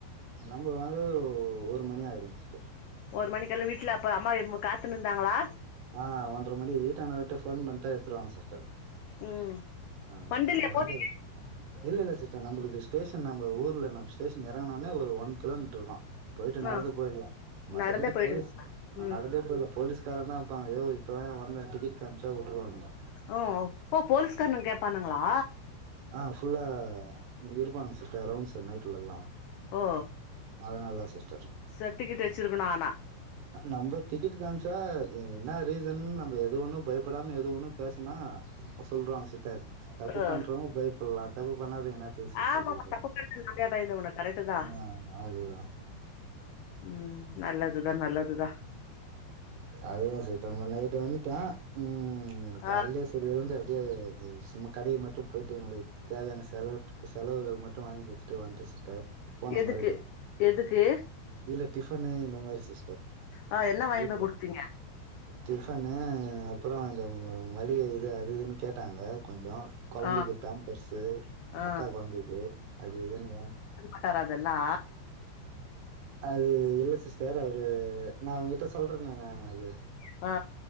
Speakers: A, on the right (about 70°); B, on the left (about 85°).
A: நம்ம வந்து ஒரு மணி ஆயிரு சிஸ்டர்
B: ஒரு மணிக்கு எல்லா வீட்ல அப்ப அம்மா எதும் காத்துனு இருந்தாங்ளா
A: ஆ ஒன்றரை மணி வீட்டான்ட்ட விட்டு ஃபோன் பண்ணிட்டா எடுத்துருவாங்க சிஸ்டர்
B: ம்
A: ஆ
B: வண்டில
A: வந்து
B: போனீங்க
A: இல்ல இல்ல சிஸ்டர் நம்மளுக்கு ஸ்டேஷன் நம்ம ஊர்ல நம்ம ஸ்டேஷன் இறங்குனவுட்னே ஒரு ஒன் கிலோமீட்டர் இருக்கும் போயிட்டு நடந்து
B: ஆ
A: போயிடுவ மத்தபடி
B: நடந்தே போயிடுவே
A: போலீஸ் நா
B: ம்
A: நடந்தே போயிடுவே போலீஸ் உக்காரனாட்டா யோ இப்பதாயா வந்தே டிக்கட்டு காம்சா வுட்ருவானுங்க
B: ஓ ஓ போலீஸ்காரனுங்க கேப்பானுங்களா
A: ஆ ஃபுல்லா இருப்பானுங்க சிஸ்டர் ரவுன்ஸ்சு நைட்ல எல்லா
B: ஆ
A: அதனால தா சிஸ்டர்
B: சட்விகட் வச்சிருக்கணு ஆனா
A: நம்ப டிக்கெட்டு காமிச்சா என்னா ரீசன் நம்ம எது ஒண்ணும் பயப்படாம எது ஒண்ணும் பேசனா சொல்றாங்க சிட்டர் தப்பு
B: ஆ
A: பண்றவங்க பயப்பல்லா தப்பு பண்ணாதவங்க என்னா த்துக்கு சிஸ்டர்
B: ஆமா
A: பயப்பட்ணு
B: தப்பு பண்ற நாமயா பயந்து உனக்கு கரெக்ட் தா
A: ஆ அது தா
B: ம் நல்லதுதா நல்லதுதா
A: அதே சிஸ்டர் முன் நைட்டு வந்துட்ட ம் கால்லயே
B: ஆ
A: சரி இருந்து அப்படியே சும்மா கடைய மட்டும் போய்ட்டு எங்களுக்கு தேவையான செலவுட் செலவுகள் மட்டு வாங்கி குடுதுட்டு வந்துட்டே சிஸ்டர் போன
B: எதுக்கு
A: மறுபடியு
B: எதுக்கு
A: இல்ல டிஃபன்னு இந்த மாறி சிஸ்டர்
B: ஆ என்ன வாங்கிட்டு
A: வீட்ல
B: போய் குடுத்தீங்க
A: டிஃபனு அப்றோ இந்த மளிகை இது அது இதுன்னு கேட்டாங்க கொஞ்சோ கொழந்தைக்கி
B: ஆ
A: பேம்பர்ஸ்சு
B: ஆ
A: அக்கா கொழந்தைக்கி அது இதுன்னுவு
B: அதுப்பன்டாரா அதெல்லா
A: அது இல்ல சிஸ்டர் அவரு நா உங்ககிட்ட சொல்றனே நானு அது
B: ஆ